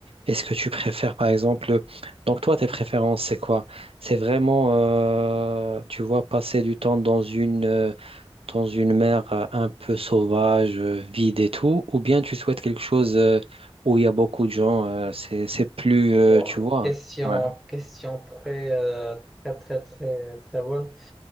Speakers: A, on the right (about 65°); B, in the centre.
A: Est-ce que tu préfères, par exemple, donc toi, tes préférences, c'est quoi? C'est vraiment, euh, tu vois, passer du temps dans une, euh, dans une mer euh, un peu sauvage, euh, vide et tout, ou bien tu souhaites quelque chose, euh, où il y a beaucoup de gens, euh, c'est, c'est plus, euh,
B: Wow,
A: tu vois.
B: Question,
A: Ouais.
B: question très, euh, très, très, très, très bonne.